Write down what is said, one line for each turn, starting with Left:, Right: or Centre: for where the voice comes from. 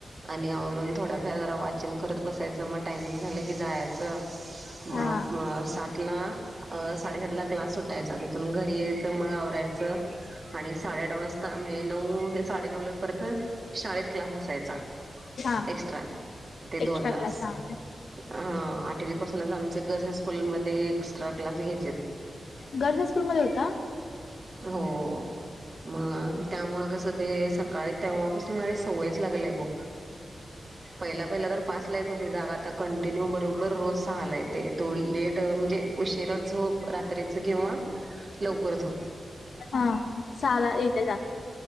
Right: आणि आवरून थोडंफार जरा वाचन करत बसायचं मग टायमिंग झालं की जायचं. मप
Left: हा.
Right: म सात ला अ साडेसात ला क्लास सुटायचा तिथून घरी यायचं मग आवरायचं आणि साडेआठ वाजता म्हणजे नऊ ते साडेनऊ ला परत शाळेत क्लास असायचा.
Left: हा
Right: एक्स्ट्रा ते दोन
Left: एक्स्ट्रा
Right: तास
Left: क्लास हा
Right: हा आठ कधीपासूनच आमच्या <unintelligible> स्कूल मध्ये एस्ट्रा क्लास घ्यायचेत.
Left: गर्ल्स हायस्कूल मध्ये होता?
Right: हो. मग त्यामुळ कसं ते सकाळी तेव्हापासून मला सवयच लागली बघ. पहिल्या पहिला तर पाचला येत होती जागा आता कंटिन्यू बरोबर रोज पहायला येते तो लेट म्हणजे उशिरा झोप रात्रीचा किंवा लवकर झोप.
Left: हा सहाला येत्या जा.